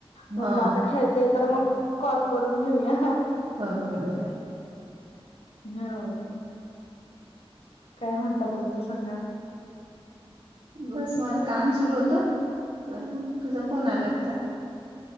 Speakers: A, on the left; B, on the right.
A: म्हटलं
B: हा
A: आता खेळते तर मग कॉल करून घेऊया.
B: होररे.
A: होा. काय म्हणतात तुमचं सांगा.
B: बस माझं काम सुरु होतं तर मग तुझा फोन आला आता